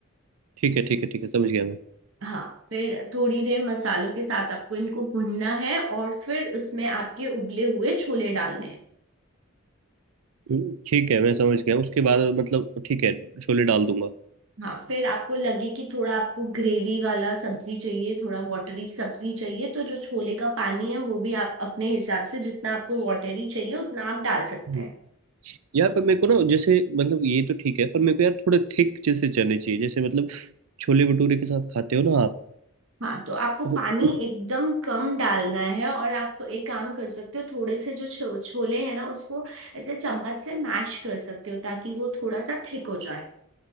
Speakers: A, on the right (about 80°); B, on the right (about 65°).
A: ठीक है ठीक है ठीक है समझ गया मैं
B: हाँ फिर थोड़ी देर मसालों के साथ आपको इनको भुनना है और फिर उसमें आपके उबले हुए छोले डालने हैं
A: हम्म, ठीक है मैं समझ गया उसके बाद मतलब ठीक है छोले डाल दूंगा
B: हाँ फिर आपको लगे कि थोड़ा आपको ग्रेवी वाला सब्जी चाहिए थोड़ा वाटरी सब्जी चाहिए तो जो छोले का पानी है वो भी आप अपने हिसाब से जितना आपको वाटरी चाहिए उतना आप डाल सकते
A: हम्म,
B: हैं
A: यार पर मेरे को ना जैसे मतलब ये तो ठीक है पर मेरे को यार थोड़े थिक जैसे चने चाहिए जैसे मतलब छोले भटूरे के साथ खाते हो ना आप
B: हाँ तो आपको
A: तो
B: पानी
A: उ-
B: एकदम कम डालना है और आप एक काम कर सकते हो थोड़े से जो छो, छोले हैं ना उसको ऐसे चम्मच से मैश कर सकते हो ताकि वो थोड़ा सा थिक हो जाए